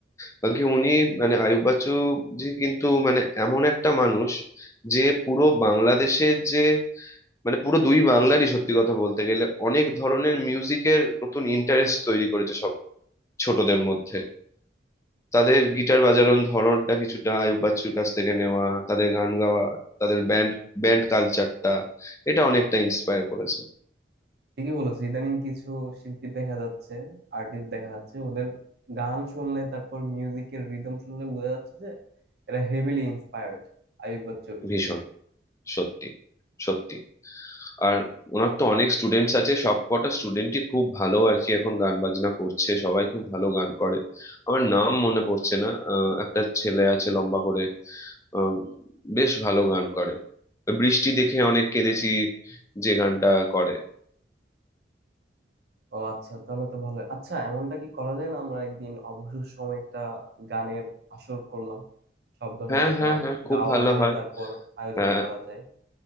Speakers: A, on the left; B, on the right.
A: কারণ কি উনি মানে আয়ুব বাচ্চু জি কিন্তু মানে এমন একটা মানুষ যে পুরো বাংলাদেশের যে মানে পুরো দুই বাংলারই সত্যি কথা বলতে গেলে অনেক ধরনের মিউজিকের নতুন ইন্টারেস্ট তৈরি করেছে সব ছোটদের মধ্যে তাদের গিটার বাজানোর ধরনটা কিছুটা আয়ুব বাচ্চুর কাছ থেকে নেওয়া তাদের গান গাওয়া তাদের ব্যান্ড ব্যান্ড কালচারটা এটা অনেকটা ইন্সপায়ার করেছে
B: ঠিকই বলেছো ইদানিং কিছু শিল্পী দেখা যাচ্ছে আর্টিস্ট দেখা যাচ্ছে ওদের গান শুনলে তারপর মিউজিকের রিদম শুনলে বোঝা যাচ্ছে যে এরা হেভিলি ইন্সপায়ার্ড আইয়ুব বাচ্চুর থেকে
A: ভীষণ সত্যি সত্যি আর ওনার তো অনেক স্টুডেন্টস আছে সব কটা স্টুডেন্টই খুব ভালো আর কি এখন গান বাজনা করছে সবাই খুব ভালো গান করে আমার নাম মনে পড়ছে না আহ, একটা ছেলে আছে লম্বা করে আহ, বেশ ভালো গান করে বৃষ্টি দেখে অনেক কেঁদেছি যে গানটা করে
B: ও আচ্ছা তাহলে তো ভালো আচ্ছা এমনটা কি করা যায় না আমরা একদিন অবসর সময় একটা গানের আসর করলাম সব ধরনের
A: হ্যাঁ হ্যাঁ
B: গান
A: হ্যাঁ খুব
B: গাওয়া
A: ভালো
B: যায়
A: হয়
B: তারপর আয়োজন
A: হ্যাঁ
B: করা যায়